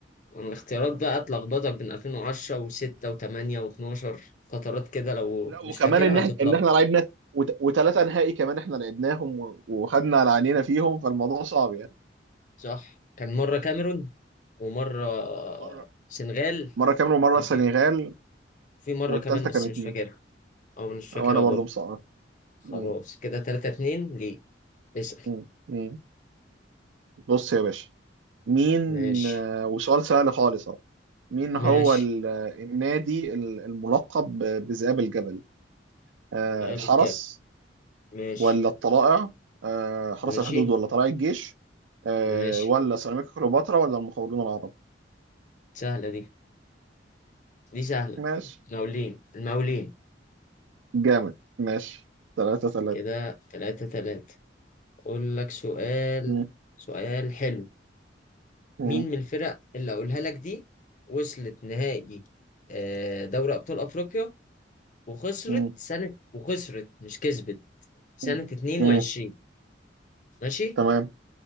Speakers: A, on the left; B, on the right.
A: الاختيارات بقى اتلخبطك بين 2010 و6 و8 و12 فترات كده لو
B: لا
A: مش
B: وكمان
A: فاكرها
B: ان احنا
A: هتتلخبط
B: ان احنا لعبنا وثلاثه نهائي كمان احنا لعبناهم و- وخدنا على عينينا فيهم فالموضوع صعب يعني
A: صح كان مرة كاميرون ومرة
B: مره
A: سنغال
B: مره كاميرون ومره
A: كان
B: السنغال
A: في في مرة
B: والثالثه
A: كمان بس
B: كانت
A: مش
B: مين؟
A: فاكرها أو مش فاكرها
B: وانا برضو
A: برضه
B: مصعب
A: خلاص
B: مم.
A: كده تلاتة اتنين ليه اسأل
B: مم. مم. بص يا باشا مين
A: ماشي
B: آه، وسؤال سهل خالص اهو مين هو
A: ماشي
B: ال- النادي ال- الملقب ب- بذئاب الجبل؟ آه،
A: جاب
B: الحرس
A: الجاب ماشي
B: ولا الطلائع؟ آه، حرس
A: ماشي
B: الحدود ولا طلائع الجيش؟ آه،
A: ماشي
B: ولا سيراميكا كليوباترا ولا المقاولون العرب؟
A: سهلة دي دي سهلة
B: ماشي
A: المقاولين المقاولين
B: جامد ماشي ثلاثة ثلاثة
A: كده تلاتة تلاتة أقول لك سؤال
B: مم.
A: سؤال حلو
B: مم.
A: مين من الفرق اللي أقولها لك دي وصلت نهائي آه، دوري أبطال أفريقيا وخسرت
B: مم.
A: سنة وخسرت مش كسبت سنة
B: مم.
A: 22
B: مم.
A: ماشي
B: تمام